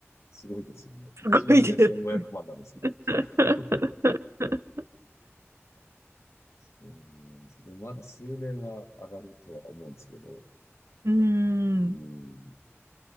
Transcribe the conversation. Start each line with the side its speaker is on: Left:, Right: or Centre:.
Left: すごいですよね。1円が1500万なんですか
Right: すごいです。<laughs>
Left: ら。うん、でもまだ数年は上がるとは思うんですけど、
Right: うーん。
Left: うん、